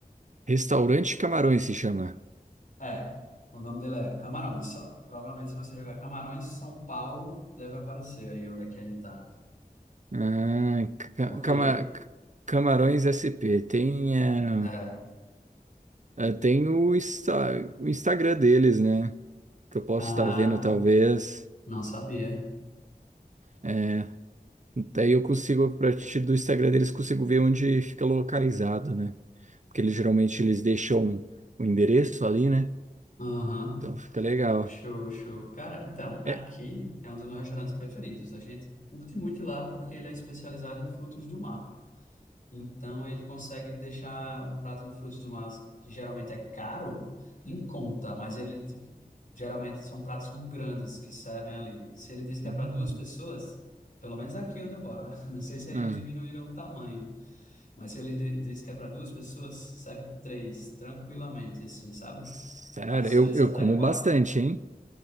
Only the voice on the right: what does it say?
Restaurante Camarões se chama.
Ah, ca-
cama- Camarões SP. Tem. eh,
É, tem o, Insta- o Instagram deles, né? Que eu posso
estar vendo, talvez.
É, daí eu consigo, a partir do Instagram deles, consigo ver onde fica localizado, né? Porque eles geralmente eles deixam o endereço ali, né?
Então fica legal.
É.
Hum,
hum.
sério,
eu,
eu
como
bastante, hein?